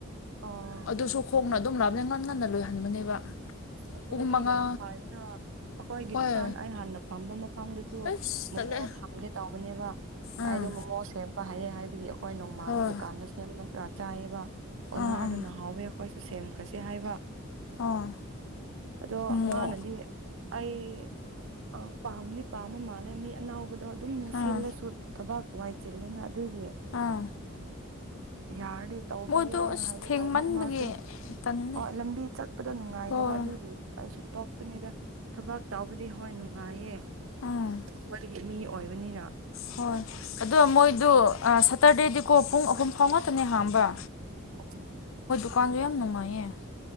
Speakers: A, on the right; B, on the left.
A: ꯑꯣ
B: ꯑꯗꯨꯁꯨ ꯈꯣꯡꯅ ꯑꯗꯨꯝ ꯂꯥꯞꯅ ꯉꯅꯟꯅ ꯂꯣꯏꯍꯟꯕꯅꯦꯕ
A: ꯑꯁ ꯑꯗꯨꯗꯤ
B: ꯄꯨꯡ ꯃꯉꯥ
A: ꯌꯥꯝ ꯐꯥꯏꯅ ꯑꯩꯈꯣꯏꯒꯤ
B: ꯍꯣꯏ
A: ꯗꯨꯀꯥꯟ ꯑꯩ ꯍꯥꯟꯅ ꯐꯝꯕ ꯃꯐꯝꯗꯨꯁꯨ
B: ꯑꯁ
A: ꯃꯣꯃꯣ
B: ꯇꯜꯂꯦ
A: ꯊꯝꯒꯦ ꯇꯧꯕꯅꯦꯕ
B: ꯎꯝ
A: ꯀꯥꯏꯗꯣ ꯃꯣꯃꯣ ꯁꯦꯝꯕ ꯍꯥꯏꯑꯦ ꯍꯥꯏꯕꯒꯤ ꯑꯩꯈꯣꯏ ꯑꯩꯈꯣꯏ ꯅꯣꯡꯃꯥꯜ
B: ꯍꯣꯏ
A: ꯗꯨꯀꯥꯟꯗ ꯁꯦꯝꯕꯗ ꯆꯥꯏꯑꯕ ꯑꯣꯅꯔꯗꯨ
B: ꯑꯥ ꯑꯥ
A: ꯅꯍꯥꯎꯋ ꯑꯩꯣꯏꯁꯨ ꯁꯦꯝꯈ꯭ꯔꯁꯤ ꯍꯥꯏꯕ
B: ꯑꯥ
A: ꯑꯗꯣ
B: ꯃꯣ
A: ꯃꯥꯅꯗꯤ ꯑꯩ ꯄꯥꯝꯅꯤ ꯄꯥꯝꯝꯕ ꯃꯥꯜꯂꯦ ꯃꯤ ꯑꯅꯥꯎꯕꯗꯣ ꯑꯗꯨꯝ
B: ꯑꯥ
A: ꯁꯤꯜꯂꯁꯨ ꯊꯕꯥꯛ ꯋꯥꯏ ꯆꯜꯂꯅ ꯑꯗꯨꯒꯤ
B: ꯑꯥ
A: ꯌꯥꯔ ꯇꯧꯕꯤꯌꯣꯅ
B: ꯃꯣꯏꯗꯣ ꯑꯁ
A: ꯍꯥꯏꯗꯤ
B: ꯊꯦꯡꯃꯟꯕꯒꯤ
A: ꯍꯥꯏꯕꯅꯦ ꯃꯥꯁꯨ
B: ꯇꯟꯂꯦ
A: ꯍꯣꯏ ꯂꯝꯕꯤ ꯆꯠꯄꯗ ꯅꯨꯡꯉꯥꯏ
B: ꯍꯣꯏ
A: ꯀꯁꯨ ꯇꯣꯛꯄꯅꯤꯗ ꯊꯕꯛ ꯇꯧꯕꯕꯗꯤ ꯍꯣꯏ ꯅꯨꯡꯉꯥꯏꯌꯦ ꯑꯩꯈꯣꯏꯒꯤ
B: ꯎꯝ
A: ꯃꯤ ꯑꯣꯏꯕꯅꯤꯅ
B: ꯍꯣꯏ ꯃꯣꯏꯗꯣ ꯑꯗꯣ ꯁꯇꯔꯗꯦꯗꯤꯀꯣ ꯄꯨꯡ ꯑꯍꯨꯝ ꯐꯥꯎ ꯉꯥꯛꯇꯅꯦ ꯍꯥꯡꯕ꯭ꯔꯥ
A: ꯑꯣ
B: ꯗꯨꯀꯥꯟꯁꯨ ꯌꯥꯝ ꯅꯨꯡꯉꯥꯏꯌꯦ